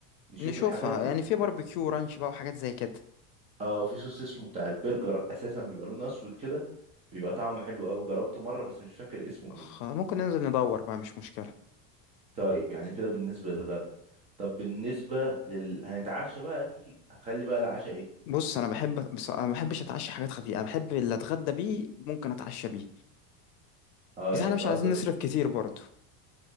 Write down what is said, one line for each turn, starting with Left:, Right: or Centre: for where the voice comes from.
Right: نشوف
Left: نشوفها
Right: الحاجات دي
Left: يعني في باربيكيو رانش بقى وحاجات زي كده
Right: اه في صوص اسمه بتاع البرجر اساسا بيبقى لونه اسود كده بيبقى طعمه حلو قوي جربته مره بس مش فاكر اسمه
Left: خ-
Right: ايه
Left: ممكن ننزل ندور بقى مش مشكلة
Right: طيب يعني كده بالنسبه للغدا طب بالنسبه لل هنتعشى بقى اكيد هتخلي بقى العشاء ايه
Left: بص انا بحب بص انا ما بحبش اتعشى حاجات خفيفة انا بحب اللي اتغدى بيه ممكن اتعشى بيه
Right: اه
Left: بس
Right: يعني
Left: احنا
Right: انت
Left: مش
Right: قصدك
Left: عايزين نصرف كتير برضو